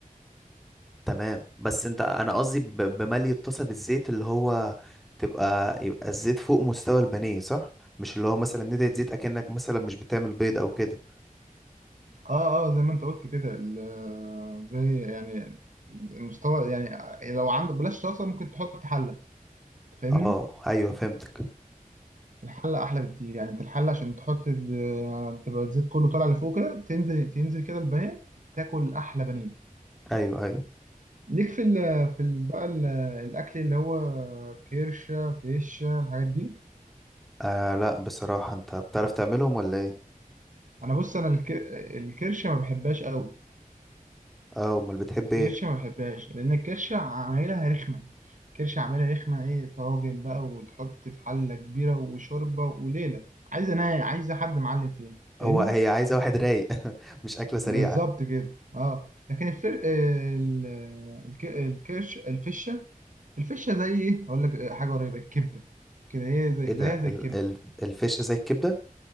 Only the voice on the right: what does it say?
اه اه زي ما انت قلت كده ال- زي يعني المستوى يعني لو عندك بلاش طاسه ممكن تحط حله فاهمني
الحله احلى بكتير يعني انت الحله عشان تحط ال- تبقى الزيت كله طالع لفوق كده تنزل تنزل كده البانيه تاكل احلى بانيه
ليك في ال في ال بقى ال- الاكل اللي هو كرشه فيشه الحاجات دي
انا بص انا الك- الكرشه ما بحبهاش قوي
الكرشة
ما بحبهاش لأن الكرشة عمايلها رخمة الكرشة عمايلها رخمة إيه طواجن بقى وتحط في حلة كبيرة وشوربة وليلة عايزة أنا عايزة حد معلم فيها
فاهمني
بالظبط كده أه لكن الفر... آه، ال... الك... الكرش الفشة الفشة زي إيه هقول لك حاجة قريبة الكبدة كده هي زي...
زيها زي
الكبدة